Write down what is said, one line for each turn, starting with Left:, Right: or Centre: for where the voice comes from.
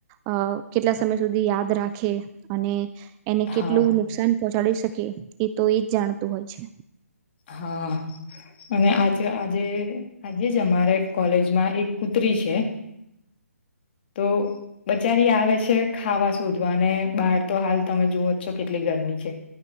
Right: અ કેટલા સમય સુધી યાદ રાખે અને એને
Left: હા
Right: કેટલું નુકસાન પહોંચાડી શકે એ તો એજ જાણતું હોય છે.
Left: હા અને આજે, આજે આજે જ અમારે કોલેજમાં એક કુત્રી છે તો બચારી આવે છે ખાવા શોધવાને બહાર તો હાલ તમે જુવો જ છો કેટલી ગરમી છે.